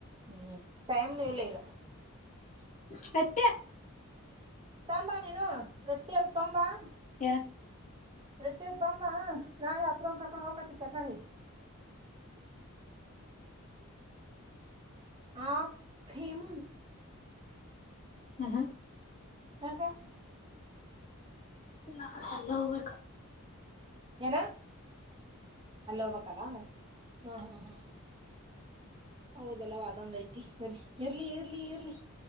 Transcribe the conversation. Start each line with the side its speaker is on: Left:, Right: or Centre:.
Right: ಹುಂ ಟೈಮನು ಇಲ್ಲ ಈಗ
Left: <unintelligible>
Right: ತಂಬಾ ನೀನು ರೊಟ್ಟಿದು ತೋಬಾ
Left: ಎನ್
Right: ರೋಟ್ಟಿ ಅದು ತೋಬಾ ನಾಳೆ ಅಪ್ರ್ ಕರ್ಕೊಂಡ್ ಹೋಗಕತಿ ಚಟ್ಟನಳ್ಳಿಗಿ ಆ ಫ್ರಿಂ
Left: ಹ ಹಾ
Right: <unintelligible>
Left: ನಾಳೆ ಅಲ್ಲಿ ಹೋಗಬೇಕ.
Right: ಏನು ಅಲ್ಲಿ ಹೋಗ ಬೇಕನ್ ಹ್ ಹ್ ಹುಂ ಹೌದಲ್ವಾ ಅದೊಂದ್ ಐತಿ ಇರ್ಲಿ ಇರ್ಲಿ ಇರ್ಲಿ ಇರ್ಲಿ